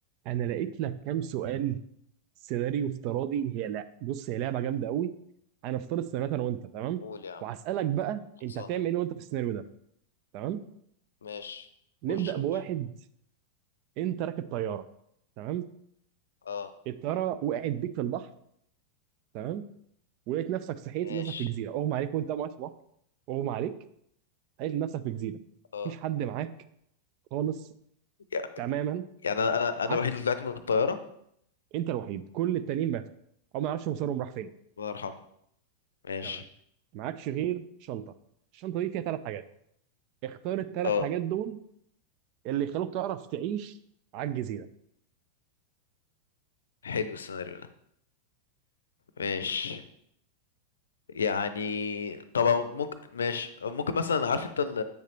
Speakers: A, on the right; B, on the left.
A: انا لقيت لك كام سؤال سيناريو افتراضي هي لا بص هي لعبه جامده قوي انا افترض سيناريوهات انا وانت تمام
B: قول يا عم
A: وهسالك بقى
B: خلصان
A: انت هتعمل ايه وانت في السيناريو ده تمام
B: ماشي
A: نبدا
B: خش يا
A: بواحد
B: باشا
A: انت راكب طياره تمام
B: اه
A: الطياره وقعت بيك في البحر تمام ولقيت نفسك صحيت
B: ماشي
A: لقيت نفسك في جزيره اغمى عليك وانت قاعد في البحر اغمى عليك لقيت نفسك في جزيره
B: اه
A: مفيش حد معاك خالص
B: يعني
A: تماما
B: يعني انا انا انا
A: معكش
B: الوحيد اللي طلعت من الطياره
A: انت الوحيد كل التانيين ماتوا او ما يعرفش مصيرهم راح فين
B: الله يرحمه ماشي
A: تمام معكش غير شنطه الشنطه دي فيها ثلاث حاجات اختار الثلاث
B: اه
A: حاجات دول اللي يخلوك تعرف تعيش على الجزيرة
B: حلو السيناريو ده ماشي يعني طبعا ممكن ماشي ممكن مثلا عارف انت ال-